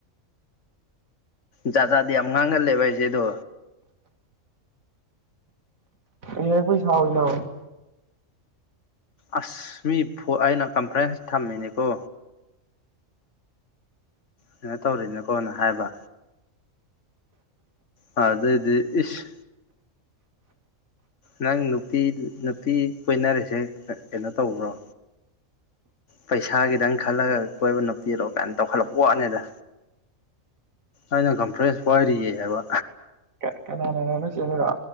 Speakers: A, on the left (about 60°); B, on the right (about 85°).
A: ꯆꯥꯥꯖꯥꯗꯤ ꯌꯥꯝ ꯉꯥꯡꯒꯜꯂꯦꯕ ꯍꯥꯏꯁꯦꯗꯣ
B: ꯏꯣꯏ ꯁꯥꯎꯅ
A: ꯑꯁ ꯃꯤ ꯐ ꯑꯩꯅ ꯀꯟꯐ꯭ꯔꯦꯟꯁ ꯊꯝꯃꯤꯅꯦꯀꯣ ꯀꯩꯅꯣ ꯇꯧꯔꯤꯅꯦ ꯀꯣꯅ ꯍꯥꯏꯕ ꯍꯟꯅꯗꯩꯗꯤ ꯢꯁ ꯅꯪ ꯅꯨꯄꯤ ꯅꯨꯄꯤ ꯀꯣꯏꯅꯔꯤꯁꯦ ꯀꯩꯅꯣ ꯇꯧꯕ꯭ꯔꯣ ꯄꯩꯁꯥꯒꯤꯗꯪ ꯈꯜꯂꯒ ꯀꯣꯏꯕ ꯅꯨꯄꯤꯔꯣ ꯀꯥꯏꯅ ꯇꯧꯈꯠꯂꯛꯄ ꯋꯥꯠꯅꯤꯗ ꯑꯩꯅ ꯀꯝꯐ꯭ꯔꯦꯟꯁ ꯄꯥꯏꯔꯤꯌꯦ ꯍꯥꯏꯕ
B: ꯀ ꯀꯅꯥꯅ ꯆꯂ